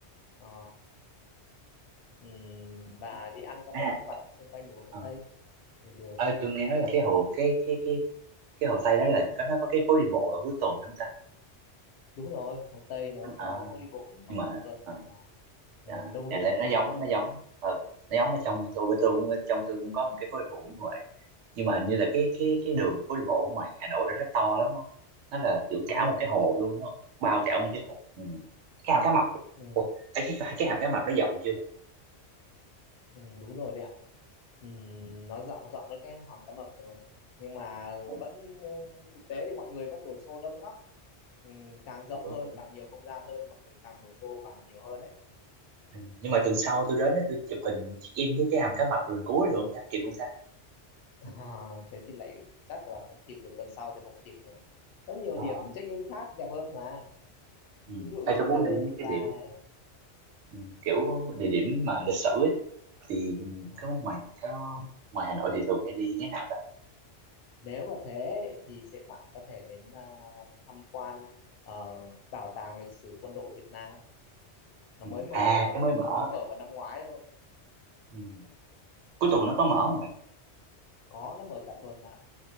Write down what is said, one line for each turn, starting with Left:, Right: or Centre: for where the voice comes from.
Left: Ờ, ừm, và đi ăn các
Right: à,
Left: món ăn vặt xung quanh vùng Hồ
Right: ờ,
Left: Tây được được
Right: Ờ, tôi nghe nói là cái hồ cái cái cái cái hồ Tây đó là có nó có cái phố đi bộ ở cuối tuần phải không ta?
Left: đúng rồi Hồ Tây nó
Right: À,
Left: có phố đi bộ vào
Right: nhưng mà
Left: cuối tuần
Right: à,
Left: nên là ừ,
Right: à,
Left: đông
Right: này
Left: đúc
Right: là
Left: nhộn
Right: nó giống
Left: nhịp lắm
Right: nó giống ờ, nó giống ở trong tôi bên tôi cũng trong tôi cũng có một cái phố đi bộ ở ngoài nhưng mà hình như là cái cái cái đường phố đi bộ ở ngoài Hà Nội đó rất to lắm đúng không? Nó là kiểu
Left: đúng
Right: cả
Left: rồi
Right: một cái hồ luôn đúng không? Bao cả một cái hồ. Ừ. Cái hàm cá mập.
Left: Ừ.
Right: Ủa, ấy, cái cái hàm cá mập nó dọn chưa vậy?
Left: Ừ, đúng rồi đấy ạ. Ừ,
Right: Ừ.
Left: nó dọn dọn nó cái hòn cá mập rồi. Nhưng mà
Right: Ôi,
Left: vẫn ừ, thực tế thì mọi người vẫn đổ xô đông lắm. Ừ, càng rộng
Right: vẫn
Left: hơn,
Right: vẫn
Left: càng nhiều không gian hơn, mọi người càng đổ xô càng nhiều hơn đấy.
Right: Ừ. nhưng mà tuần sau tôi đến á, tôi chụp hình check in với cái hàm cá mập lần cuối được không ta kịp không ta
Left: <laughs> À, thế thì lại chắc là không kịp rồi, tuần sau thì không kịp rồi. Có nhiều
Right: Ờ.
Left: điểm check-in khác đẹp hơn mà.
Right: ừ.
Left: Ví dụ
Right: Ê,
Left: nhà
Right: tôi muốn
Left: thờ
Right: đi mấy
Left: Đức
Right: cái
Left: Bà
Right: điểm
Left: này.
Right: ừ, kiểu địa điểm mà lịch sử ấy thì
Left: À,
Right: có ngoài có ngoài Hà Nội thì thường hay đi cái nào ta
Left: nếu mà thế thì sẽ bạn có thể đến à, tham quan ờ, bảo tàng lịch sử quân đội Việt Nam. Nó
Right: ừ.
Left: mới mở
Right: à
Left: à,
Right: cái mới mở
Left: nó mới mở vào năm ngoái thôi
Right: ừ. cuối tuần nó có mở không mày
Left: có nó mở cả tuần bạn ạ